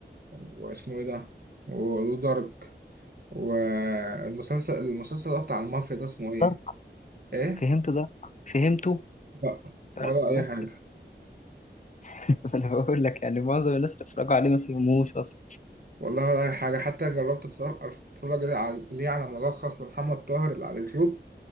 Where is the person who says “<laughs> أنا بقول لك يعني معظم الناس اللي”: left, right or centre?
Left